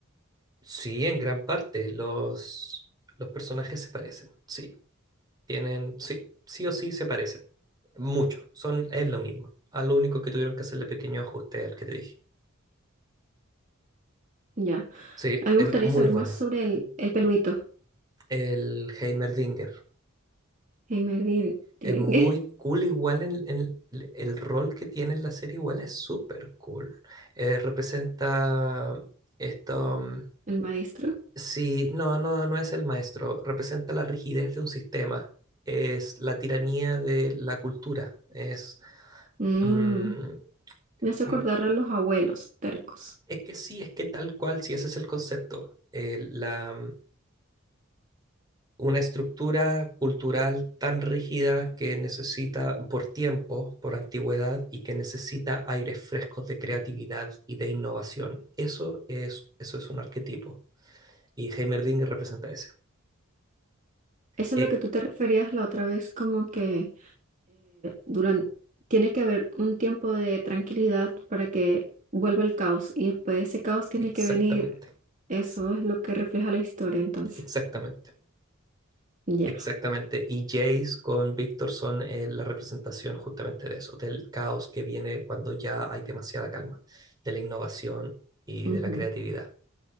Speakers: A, on the right (about 20°); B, on the right (about 40°).
A: Sí, en gran parte los, los personajes se parecen. Sí, tienen, sí, sí o sí se parecen. Mucho. Son, es lo mismo. A lo único que tuvieron que hacerle pequeño ajuste al que te dije.
B: Ya.
A: Sí,
B: A mí me
A: es
B: gustaría
A: muy
B: saber
A: buena.
B: más sobre el, el peludito,
A: El Heimerdinger.
B: Heimer Dir- Direngue,
A: Es muy cool igual en, en el el rol que tiene en la serie igual es súper cool. Eh, representa esto, mm,
B: <laughs> el maestro.
A: sí, no, no, no es el maestro, representa la rigidez de un sistema, es la tiranía de la cultura, es,
B: Mm,
A: mm,
B: me hace
A: como-
B: acordar a los abuelos tercos.
A: es que sí, es que tal cual, si ese es el concepto. Eh, la, mm, una estructura cultural tan rígida que necesita por tiempo, por antigüedad y que necesita aires frescos de creatividad y de innovación. Eso es, eso es un arquetipo y Heimerdinger representa ese.
B: Eso
A: Eh,
B: es lo que tú te referías la otra vez, como que durante, tiene que haber un tiempo de tranquilidad para que vuelva el caos y después de ese caos tiene
A: exactamente,
B: que venir. Eso es lo que refleja la historia, entonces.
A: exactamente.
B: Ya.
A: Exactamente, y Jace con Víctor son eh, la representación justamente de eso, del caos que viene cuando ya hay demasiada calma, de la innovación y
B: ujú.
A: de la creatividad,